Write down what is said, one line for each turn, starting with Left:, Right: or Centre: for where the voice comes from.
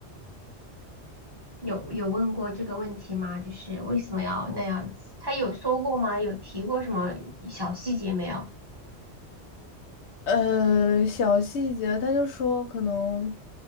Right: 有有问过这个问题吗？就是为什么要那样子？他有说过吗？有提过什么小细节没有？
Left: 呃小细节，他就说可能